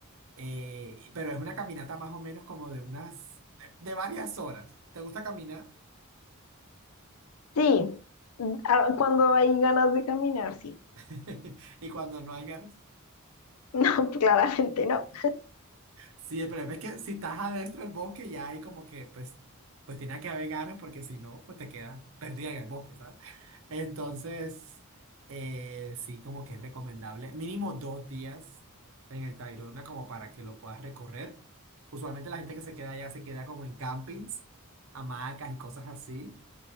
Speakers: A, on the right; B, on the left.
A: eh, pero es una caminata más o menos como de unas, de, de varias horas. ¿Te gusta caminar?
B: Sí, ah, cuando hay ganas de caminar, sí.
A: <laughs> Y cuando no hay ganas.
B: <laughs> No, claramente no.
A: Sí, el problema es que si estás adentro del bosque ya hay como que, pues, pues tiene que haber ganas porque si no, pues te quedas perdida en el bosque, ¿sabes? Entonces, eh, sí, como que es recomendable mínimo dos días en el Tayrona como para que lo puedas recorrer. Usualmente la gente que se queda allá se queda como en campings, hamacas y cosas así,